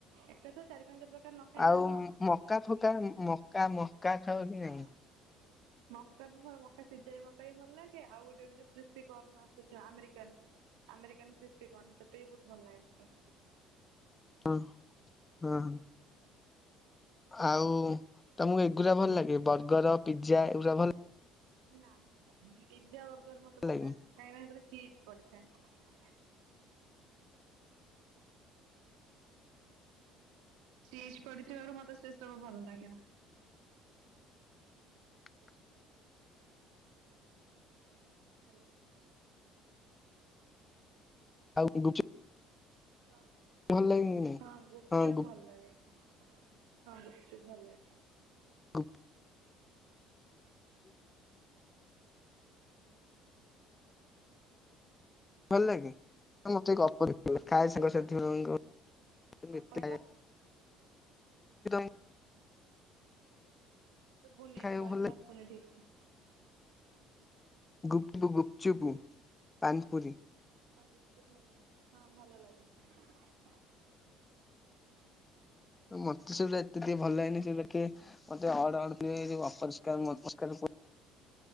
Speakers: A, on the right; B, on the left.
A: ଏକାଥରେ ଚାରି ପାଞ୍ଚ ପ୍ରକାର ନ ଖାଇଲେ
B: ଆଉ
A: ଆମର ହବନି।
B: ମକା ଫକା ମକା ମକା ଖାଅ କି
A: ହଁ।
B: ନାଇଁ? <unintelligible>
A: ମକା ବି ଭ ମକା ସିଜାବି ମକାବି ଭଲ ଲାଗେ ଆଉ ଗୋଟେ ବି ଯୋଉ କ୍ରିପସି କର୍ଣ ଆସୁଚି ଆମେରିକାନ। ଆମେରିକାନ୍ କ୍ରିପସି କର୍ଣ ସେଠୀ ବି ବହୁତ ଭଲ ଲାଗେ ମତେ।
B: ହଁ ହଁ ଆଉ ତମକୁ ଏଗୁରା ଭଲ ଲାଗେ ବର୍ଗର୍ ପିଜା ଏଗୁରା ଭଲ୍
A: ନା ପିଜା ବର୍ଗର ମତେ ଭଲ
B: ଲାଗେ
A: ଲାଗେନା କାହିଁକିନା ହେତିରେ ଚିଜ୍ ପଡ଼ିଥାଏ। ଚିଜ୍ ପଡ଼ିଥିବାରୁ ମତେ ଶେଷବୁ ଭଲ ଲାଗିଲା।
B: <unintelligible>
A: ହାଲୋ।
B: ଆଉ <unintelligible>
A: ହଁ
B: ଭଲ ଲାଗେ କି ନାଇଁ
A: ହଁ ଗୁପଚୁପ
B: ହଁ
A: ଭଲ ଲାଗେ। ହଁ ବଶଛୁ ଭଲ।
B: <unintelligible> ଭଲ ଲାଗେ ମତେ <unintelligible>
A: ହଁ
B: ଖାଏ
A: ଗୁପଚୁପ୍
B: ସାଙ୍ଗ ସାଥୀ
A: ଭଲ
B: ମାନଙ୍କ
A: ଲାଗେ କଣ କହିଲ
B: <unintelligible>
A: ଶୁଭୁନି
B: ଖାଇବାକୁ
A: ଭଏସ
B: ଭଲ ଲାଗେ
A: ଆସୁନି ଠିକ
B: ଗୁପୁ ଗୁପଚୁପୁ ପାନପୁରୀ।
A: ହଁ ଗୁପଚୁପ୍ ଭଲ ଲାଗେ ହଁ ଭଲ ଲାଗେ।
B: ମତେ ସେଗୁରା ଏତେ ଟିକେ ଭଲ ଲାଗେନି ସେଗୁରା ଟିକେ ମତେ ଅର୍ଡ ଅର୍ଡଟିକେ ଏ ଯୋଉ ଅପରଷ୍କାର ମପରଷ୍କାର